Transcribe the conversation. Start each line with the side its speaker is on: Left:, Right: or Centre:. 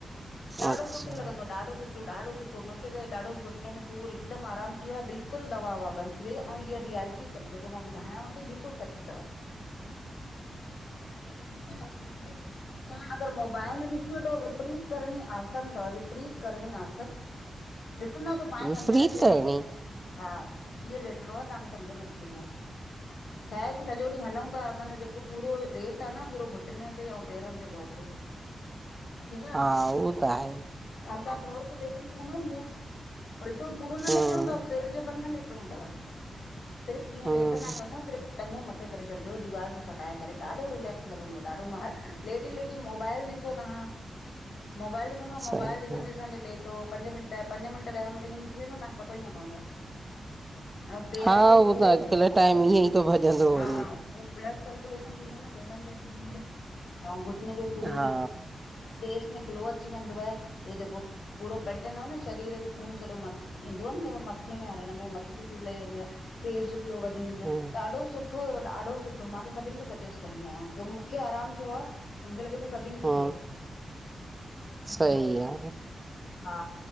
Left: ॾाढो
Right: अच्छा
Left: सुठो लॻंदों! ॾाढो सुठो। मुखे ॾाढो सुठो मांखे त ॾाढो घुटने में सूर हिकदमि आराम थी वियो आ बिल्कुल बिल्कुल दवा ववा बंद थी वई, ऐं इअ रियलटी तव जेको मां ॿुधायांव ती बिल्कुल सच तव।
Right: खाली <inaudible>
Left: तां अगरि, मोबाइल में ॾिसी वठो विपरीत करणी आसन, तव विपरीत करणी आ। ॾिसंदव त पाण
Right: विपरीत
Left: सम्झ में अची वेंदो।
Right: करणी
Left: हा कीअं लेटणो आ तांखें? सम्झ में अची वेंदव छाए की सॼो ॾींहु हलऊं ता असांजो जेको पूरो वेट आ न पूरो घुटने ते अऊं पेरन ते तो त अचे ठीक आ,
Right: हा
Left: त
Right: उहो आहे
Left: असां थोङो लेटनो आ‌ न ईंअ। पल्टो पूरो न
Right: हम्म
Left: लेटणो तव सिर जे बल न लेटणो तव, सिर्फु जीअं
Right: हम्म
Left: लेटंदा आयूं असां सिर्फु टंगू मथे करे छॾिजो दीवार सां सटाए करे ॾाढो रिलेक्स लंगदंव ॾाढो लेटी लेटी मोबाइल ढि छो तां मोबाइल ॾिसंदव?
Right: सही
Left: मोबाइल ॾिसंदे ॾिसंदेे लेट पोइ पंज मिन्ट, पंज मिन्ट ॾह मिन्ट इएं निकरी वेंदव, तांखे पतो ई न पवंदो आहे। अऊं पेरन
Right: हा
Left: जो
Right: उहो
Left: सूर,
Right: त अॼुकल्ह टाइम ईअं ई थो भॼंदो
Left: हा
Right: वञे।
Left: हे ब्लड सर्कुलेशन थींदो न, पेरन जो सूर ऐं घुटने जो सूर
Right: हा
Left: फेस में ग्लो अची वेंदुव, हे जेको पूरो पलटदंव न, शरीर जो खून सॼो मथ इंदुव न जे में मथे इन में और हिन में मथे जो सूर लई वेंदुव, फेस जो ग्लो वधी वेंदो
Right: हूं
Left: ॾाढो सुठो सुठो, ॾाढो सुठो मां त सभिन खे सजेस्ट कंदी आयां जेको मुखे आरामु थियो आ मूंखे लॻे थो सभिन खे
Right: हा
Left: थे। हम्म,
Right: सही आ
Left: हा